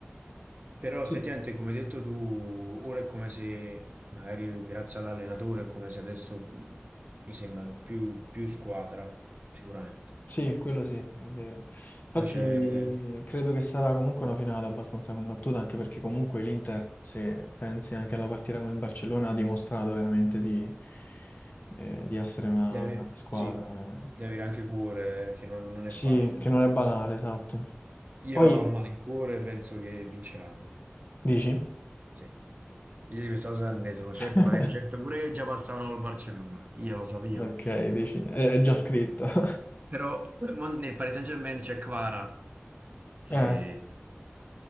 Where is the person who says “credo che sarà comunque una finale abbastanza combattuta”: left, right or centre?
Left